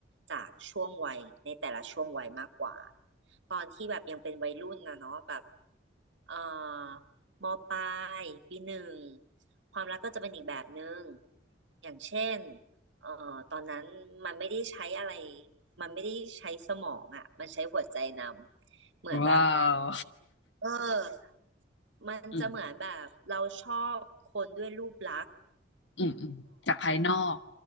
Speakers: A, on the right; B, on the left.
A: จากช่วงวัยในแต่ละช่วงวัยมากกว่าตอนที่แบบยังเป็นวัยรุ่นนะเนาะแบบเอ่อมปลายปีหนึ่งความรักก็จะเป็นอีกแบบหนึ่งอย่างเช่น เอ่อตอนนั้นมันไม่ได้ใช้อะไรมันไม่ได้ใช้สมองอ่ะมันใช้หัวใจนำเหมือนแบบ
B: ว้าว
A: เออ
B: <laughs>
A: มันจะเหมือนแบบเราชอบคนด้วยรูปลักษณ์
B: อืมอืมอืมจากภายนอก